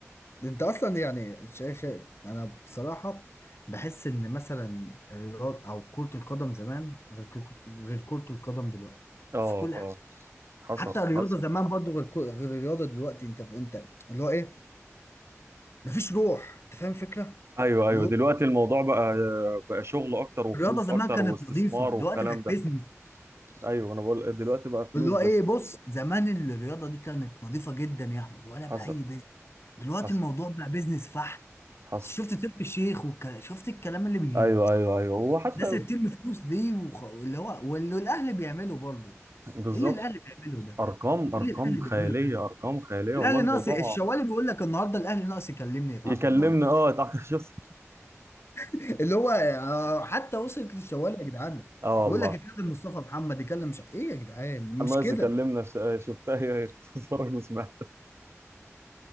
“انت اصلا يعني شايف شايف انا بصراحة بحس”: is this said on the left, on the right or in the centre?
Left